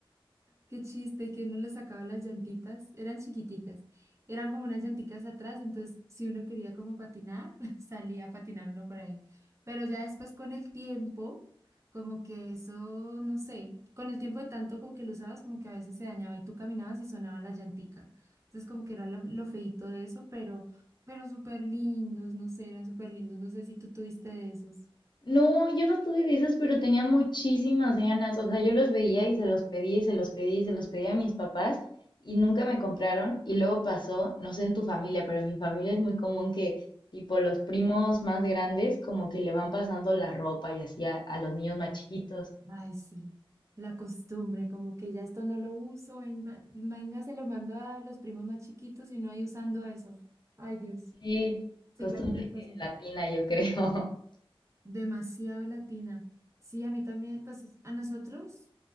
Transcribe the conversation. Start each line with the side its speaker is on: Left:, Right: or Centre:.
Right: Qué chiste, que uno le sacaba las llantitas, eran chiquiticas, eran como unas llanticas atrás, entonces si uno quería como patinar, <laughs> salía a patinar uno por ahí. Pero ya después con el tiempo, como que eso, no sé, con el tiempo de tanto como que lo usabas, como que a veces se dañaba y tú caminabas y sonaba la llantica. Entonces como que era lo, lo feíto de eso, pero, pero súper lindos, no sé, eran súper lindos, no sé si tú tuviste de esos.
Left: No, yo no tuve de esas, pero tenía muchísimas ganas. O sea, yo los veía y se los pedía y se los pedía y se los pedía a mis papás y nunca me compraron. Y luego pasó, no sé en tu familia, pero en mi familia es muy común que tipo los primos más grandes como que le van pasando la ropa y así a, a los niños más chiquitos.
Right: Ay, sí, la costumbre, como que ya esto no lo uso, ven- va- venga, se lo mando a los primos más chiquitos y no hay usando eso. Ay, Dios.
Left: Sí,
Right: Sí,
Left: costumbre
Right: claro, me
Left: <laughs>
Right: pasó.
Left: latina, yo creo. <laughs>
Right: Demasiado latina. Sí, a mí también, pues es- a nosotros,